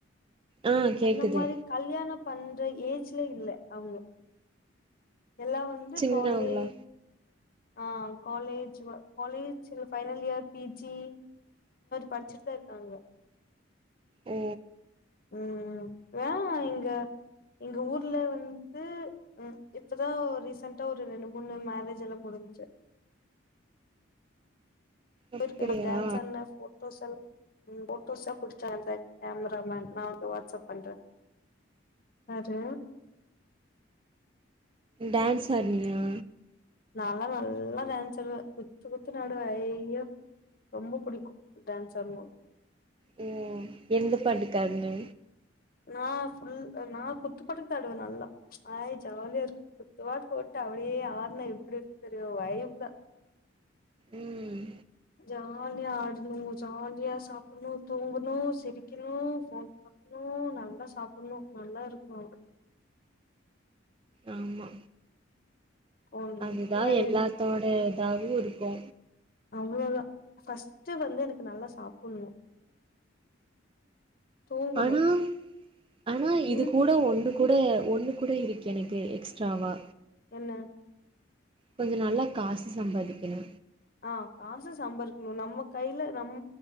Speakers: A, on the right (about 25°); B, on the left (about 50°).
A: ஆ கேக்குது
B: அந்த மாரி கல்யாண பண்ற ஏஜ்ல இல்ல அவுங்க எல்லா வந் து
A: சின்னவங்களா
B: காலே ஆ காலேஜ் வ காலேஜ் இல்ல ஃபைனல் இயர் பிஜி படிச்சுட்டுதா இருக்காங்க
A: ஓ
B: ம் ம் வே எங்க எங்க ஊர்ல வந்து ம் இப்பதா ரீசண்ட்டா ஒரு ரெண்டு மூணு மேரேஜ் எல்லா முடுஞ்சு <inaudible>
A: அப்படியா
B: எனக்கு டான்ஸ் ஆடுன போட்டோ போட்டோசல் ஃபோட்டோசா புடிச்சா அந்த கேமராமன் நா வந்து வாட்ஸ்அப் பண்றே அது
A: டான்ஸ் ஆடுனியா
B: நாலா நல்லா டான்ஸ் ஆடுவே குத்து குத்து ஆடுவே ஐயோ ரொம்ப பிடிக்கு டான்ஸ் ஆடுனா
A: ஓ எந்த பாட்டுக்கு ஆடனு
B: நா ஃபுல் நா குத்து பாட்டுக்கு தா ஆடுவே நல்லா ஆய் ஜாலியா இருக்கு குத்து பாட்டு போட்டு அப்டியே ஆடுனா எப்டி இருக்கு தெரியுமா வைபுதா
A: ம்
B: ஜாலியா ஆடணு ஜாலியா சாப்பிடணு தூங்கணு சிரிக்கணு ஃபோன் பாக்கணு ணு நல்லா சாப்பிடணு நல்லா இருக்கணு
A: ஆமா
B: ஒன்னு
A: அதுதா
B: வேற
A: எல்லாத்தோட இதாவு இருக்கு
B: அவ்ளோதா ஃபஸ்டு வந்து எனக்கு நல்லா சாப்பிடணு தூங்கணு
A: அதும் ஆனா இது
B: ம்
A: கூட ஒன்னு கூட ஒன்னு கூட இருக்கு எனக்கு எக்ஸ்ட்ராவா
B: என்ன
A: கொஞ்ச நல்லா காசு சம்பாதிக்கணு
B: ஆ காசு சம்பாரிக்கணு நம்ம கையில நம்